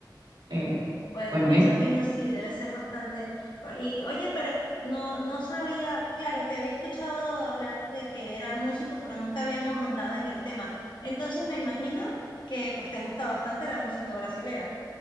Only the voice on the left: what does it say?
Pues
me
imagino, sí, debe ser bastante. Y oye, pero no, no sabía, claro, te había escuchado hablar de que era músico, pero nunca habíamos andado en el tema. Entonces me imagino que pues te gusta bastante la música brasilera.